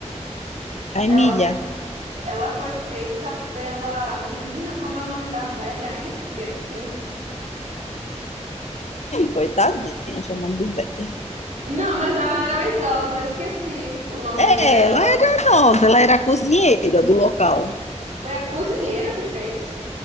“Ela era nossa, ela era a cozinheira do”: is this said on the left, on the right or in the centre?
Left